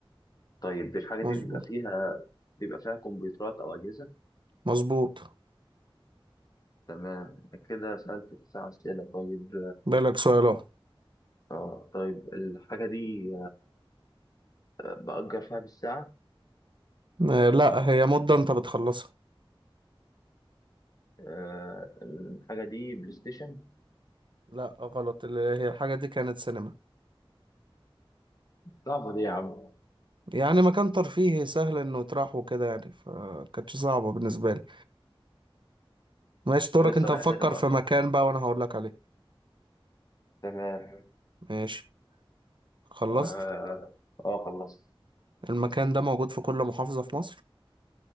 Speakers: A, on the left (about 40°); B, on the right (about 60°).
A: طيب الحاجة
B: مظبوط
A: دي بيبقى فيها بيبقى فيها كمبيوترات أو أجهزة
B: مظبوط
A: تمام كده سألت تسع أسئلة طيب
B: بالك سؤال اهو
A: آه طيب الحاجة دي آه، بأجر فيها بالساعة
B: آه، لا هي مدة انت بتخلصها
A: آه الحاجة دي بلاي ستيشن
B: لا غلط اللي هي الحاجة دي كانت سينما
A: صعبة دي يا عم
B: يعني مكان ترفيهي سهل انه يتراح وكده يعني فكانتش صعبة بالنسبة لي ماشي دورك
A: أنت لسه
B: انت
A: رايح
B: مفكر
A: سنة بقى
B: في مكان بقى وانا هقولك عليه
A: تمام
B: ماشي خلصت
A: آه آه آه، خلصت
B: المكان ده موجود في كل محافظة في مصر